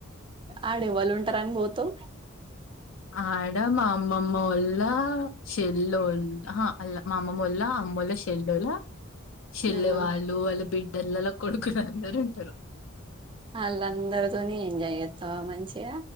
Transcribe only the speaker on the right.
ఆడ ఎవలుంటరని బోతవ్
ఉమ్
అల్ అందరుతోని ఎంజాయ్ చెతవ మంచిగ